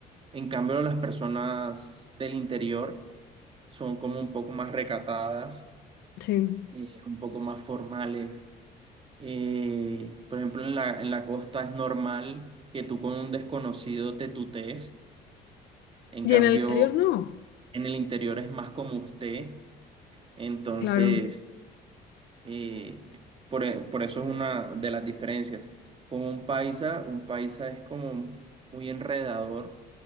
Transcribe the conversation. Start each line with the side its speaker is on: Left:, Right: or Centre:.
Right: En cambio, las personas del interior son como un poco más recatadas,
Left: sí.
Right: eh, un poco más formales. Eh, por ejemplo, en la, en la costa es normal que tú con un desconocido te tutees. En
Left: Y
Right: cambio,
Left: en el interior no.
Right: en el interior es más como usted. Entonces,
Left: Claro,
Right: eh, por, e- por eso es una de las diferencias. Con un paisa, un paisa es como muy enredador,